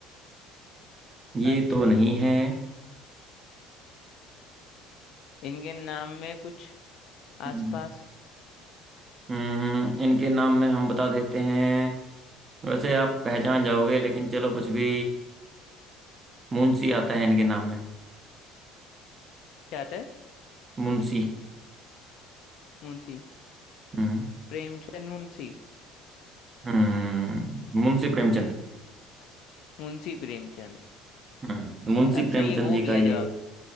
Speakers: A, on the right; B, on the left.
A: ये
B: अच्छा
A: तो नहीं है
B: इनके नाम में कुछ आसपास
A: हम्म हम्म, इनके नाम में हम बता देते हैं वैसे आप पहचान जाओगे लेकिन चलो कुछ भी मुंशी आता है इनके नाम में
B: क्या आता है
A: मुंशी
B: मुंशी
A: हम्म
B: प्रेमचंद मुंशी
A: हम्म मुंशी प्रेमचंद
B: मुंशी प्रेमचंद
A: हम्म मुंशी
B: अब
A: प्रेमचंद
B: सही हो
A: जी
B: गया
A: का ये
B: जवाब